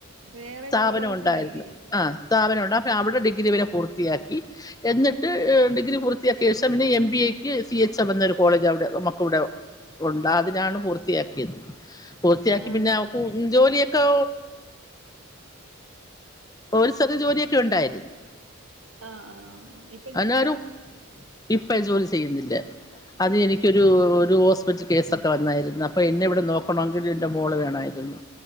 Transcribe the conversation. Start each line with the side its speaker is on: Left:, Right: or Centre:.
Right: വേറെ
Left: സ്ഥാപനം
Right: കോളേജിലല്ലേ
Left: ഉണ്ടായിരുന്ന്. ആഹ് സ്ഥാപനം ഉണ്ട് അപ്പ അവടെ ഡിഗ്രി വരെ പൂർത്തിയാക്കി. എന്ന്ട്ട് ഡിഗ്രി പൂർത്തിയാക്കേശം പിന്നെ എം ബി എക്ക് സി എച്ച് എം എന്നൊരു കോളേജ് ഒടെ മക്കളുടെ ഉണ്ടാതിനാണ് പൂർത്തിയാക്കിയത്. പൂർത്തിയാക്കി
Right: ആഹ്
Left: പിന്നെ ജോലിയൊക്കെ ഒരു സ്റ ജോലിയൊക്കെ ഉണ്ടായിരുന്നു
Right: ആഹ് ആഹ
Left: അതിനാരും ഇപ്പ ജോലി ചെയ്യുന്നില്ല അത് എനിക്കൊരു ഒരു ഹോസ്പിറ്റൽ കേസൊക്കെ വന്നായിരുന്നു അപ്പൊ എന്നെ ഇവിടെ നോക്കണെങ്കിൽ ന്റെ മോള് വേണായിരുന്നു